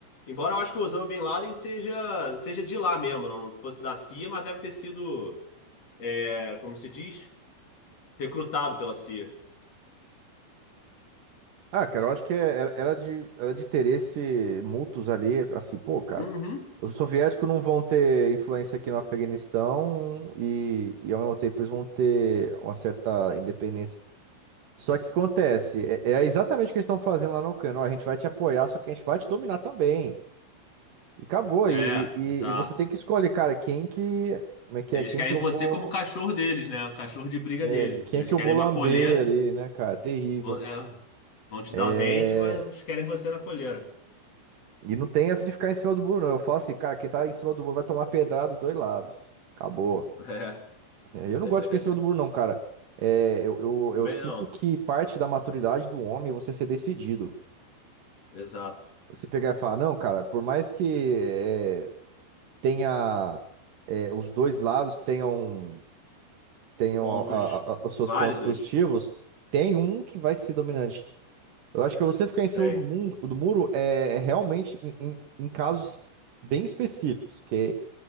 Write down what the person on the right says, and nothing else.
Ah, cara, eu acho que é- era era de, era de interesse mútuos ali, assim, pô, cara,
os soviéticos não vão ter influência aqui no Afeganistão e, e ao mesmo tempo eles vão ter uma certa independência. Só que acontece, é, é exatamente o que eles estão fazendo lá no Cano. Ó, a gente vai te apoiar, só que a gente vai te dominar também. E acabou.
E, e,
e você tem que escolher, cara, quem que. Como é que
é? Quem
que eu
vou.
é,
quem
que
eu vou lamber
ali, né, cara? Terrível.
É,
e não tem essa de ficar em cima do muro, não. Eu falo assim, cara, quem tá em cima do muro vai tomar pedrada dos dois lados. Acabou.
É, eu não
gosto de ficar em cima do muro, não, cara. É, eu, eu,
eu sinto
que parte da maturidade do homem é você ser decidido.
Você pegar e falar, não, cara, por mais que é, tenha é, os dois lados tenham, tenham
a- a- a- os seus
pontos positivos, tem um que vai ser dominante. Eu acho que você ficar em cima
do mundo, do muro é, é realmente em, em- em casos bem específicos, que,